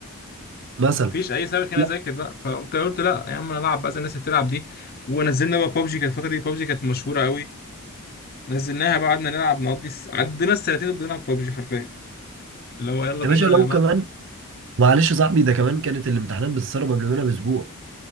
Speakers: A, on the right; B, on the left.
A: مثلا
B: مفيش اي سبب خليني
A: لا
B: اذاكر بقى فقمت قلت لا يا عم انا العب بقى زي الناس اللي بتلعب دي ونزلنا بقى بابجي كانت الفتره دي بابجي كانت مشهوره قوي نزلناها بقى قعدنا نلعب نقضي س- عدينا السنتين بنلعب بابجي حرفيا اللي هو يلا
A: يا
B: بينا
A: باشا لو
B: يا جماعه
A: كمان معلش يا صاحبي ده كمان كانت الامتحانات بتتسرب قبل منها باسبوع